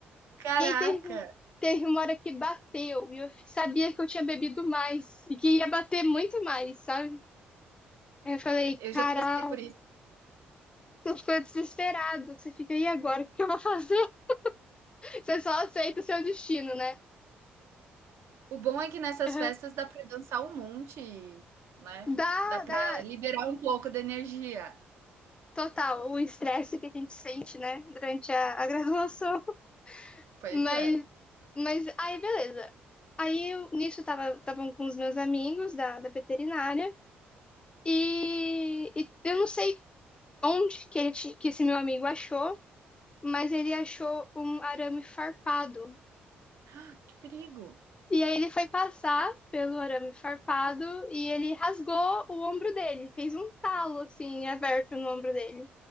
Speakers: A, on the right; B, on the left.
A: Caraca,
B: E aí teve, teve uma hora que bateu, e eu sabia que eu tinha bebido mais, e que ia bater muito mais, sabe? Aí eu falei,
A: eu
B: caralho,
A: já passei por isso.
B: tu ficou desesperado, você fica, e agora, o que eu vou fazer? <laughs> Você só aceita o seu destino, né?
A: O bom é que nessas
B: Uhum.
A: festas dá pra dançar um monte, né,
B: Dá,
A: dá pra
B: dá,
A: liberar um pouco da energia.
B: total, o estresse que a gente sente, né, durante a, a graduação, <laughs>
A: Pois
B: mas,
A: é.
B: mas aí beleza. Aí eu, nisso tava, estavam com os meus amigos da, da veterinária, e, e eu não sei onde que, ele, ti- que esse meu amigo achou, mas ele achou um arame farpado.
A: Ah, Que perigo.
B: E aí ele foi passar pelo arame farpado e ele rasgou o ombro dele, fez um talo assim, aberto no ombro dele.